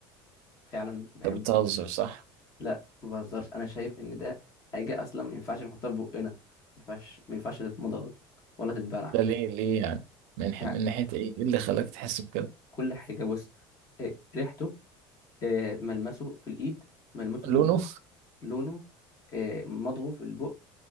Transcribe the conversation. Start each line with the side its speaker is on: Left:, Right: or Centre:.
Left: فعلا ما بحبوش
Right: انت بتهزر صح
Left: لا ما بهزرش انا شايف ان ده حاجه اصلا ما ينفعش نحطها في بقنا ما ينفعش ما ينفعش تتمضغ ولا تتبلع
Right: ده ليه ليه يعني من ح...
Left: يعني
Right: من ناحيه ايه ايه اللي خلاك تحس بكده
Left: كل حاجه بص إيه ريحته إيه ملمسه في الايد ملمسه
Right: لونه
Left: في البق لونه إيه مضغه في البق